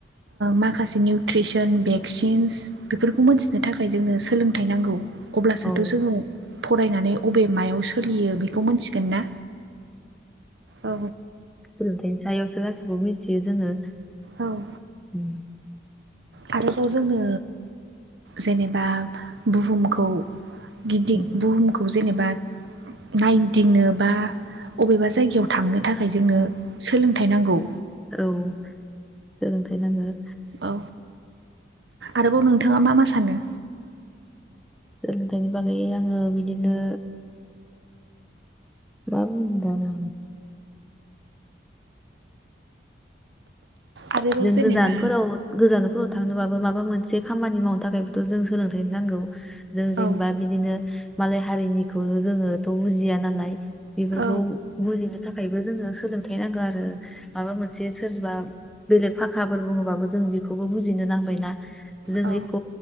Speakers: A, on the right; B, in the centre.
A: माखासे निउट्रिसन भेक्सिन्स बेफोरखौ मोनथिनो थाखाय जोंनो सोलोंथाइ नांगौ अब्लासोथ'
B: औ
A: जोङो फरायनानै बबे मायाव स सोलियो बेखौ मोनथिगोन ना औ
B: सोलोंथायाइनि सायावसो गासिबो मिथियो जोङो
A: औ
B: उम
A: भारताव जोंनो जेनेबा बुहुम खौ गिदिं
B: उम
A: बुहुमखौ जेनेबा नायदिंनो बा अबेबा जायगायाव थांनो थाखाय जोंनो
B: उम
A: सोलों थायनांगौ
B: औ सोलोंथाइ नांगौ
A: औ आरोबाव नोंथाङा मा मा सानो
B: सोलोंथाइनि बागै आङो बिदिनो मा बुंबावनो आं
A: आरोबाव
B: जों
A: जेनेबा
B: गोजानफोराव गोजानफोराव थांनोबाबो माबा मोनसे एसे खामानि मावनो थाखायबोथ' जों सोलोंथाइ नांगौ जों जेनेबा
A: औ
B: बिदिनो मालाय हारिनिखौ जोङोथ' बुजिया नालाय बेफोरखौ
A: औ
B: बुजिनो थाखायबो जोङो सोलोंथाइ नांगौ आरो माबा मोनसे सोरबा बेलेग फाखाफोर बुङोबाबो जों बेखौबो बुजिनो नांबायना जों
A: औ
B: एख'